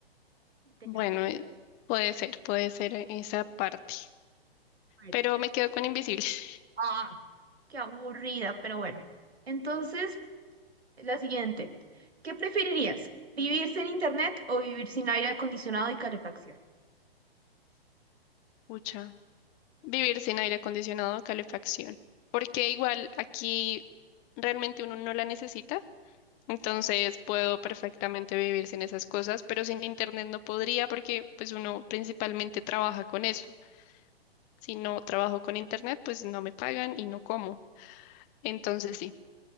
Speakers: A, on the right (about 80°); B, on the left (about 25°).
A: y te
B: Bueno,
A: llevas tu...
B: eh, puede ser, puede ser e- esa parte,
A: Bueno,
B: pero
A: eh,
B: me quedo con invisible. <laughs>
A: Ah, qué aburrida, pero bueno. Entonces, la siguiente, ¿qué preferirías? ¿Vivir sin internet o vivir sin aire acondicionado y calefacción?
B: Pucha, vivir sin aire acondicionado o calefacción, porque igual aquí realmente uno no la necesita, entonces puedo perfectamente vivir sin esas cosas, pero sin internet no podría porque pues uno principalmente trabaja con eso. Si no trabajo con internet, pues no me pagan y no como. Entonces sí,